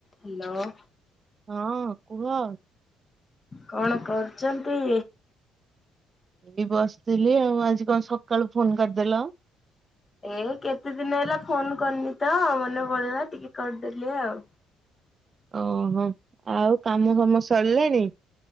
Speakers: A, on the left; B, on the right.
A: Hello.
B: ହଁ, କୁହ।
A: କଣ କରୁଚନ୍ତି?
B: ଏ ବସିଥିଲି ଆଉ ଆଜି କଣ ସକାଳୁ ଫୋନ କରିଦେଲ।
A: ଏ କେତେ ଦିନ ହେଲା ଫୋନ କରିନି ତ ମନେ ପଇଲା ଟିକେ କରିଦେଲି ଆଉ
B: ଓହୋ। ଆଉ କାମ ଫାମ ସରିଲାଣି?